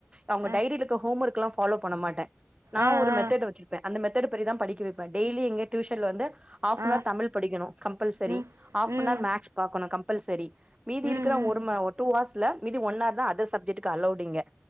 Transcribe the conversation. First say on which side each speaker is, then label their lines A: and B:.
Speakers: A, on the right (about 20°); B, on the right (about 70°).
A: அவங்க
B: ஆ
A: டைரியில இருக்க ஹோம் ஒர்க் எல்லா ப்ஃபாலோ பண்ண மாட்டே நா
B: ஆ
A: ஒரு
B: ஆ
A: மெத்தடு வச்சிருப்பே அந்த மெத்தடு படிதா தா படிக்க வைப்பே டெய்லி இங்க டியூஷன்ல வந்து ஆஃபனவர்
B: ஆ
A: தமிழ் படிக்கணு கம்பல்சரி
B: ம்
A: ஆஃபனவர்
B: ம்
A: மேக்ஸ் பாக்கணு கம்பல்சரி மீதி
B: ம்
A: இருக்கிற
B: ம்
A: ஒரு ஒரு டூ ஹார்ஸ்ல மீதி ஒன் ஹார் தா அதர் சப்ஜெக்ட்க்கு அலோடு இங்க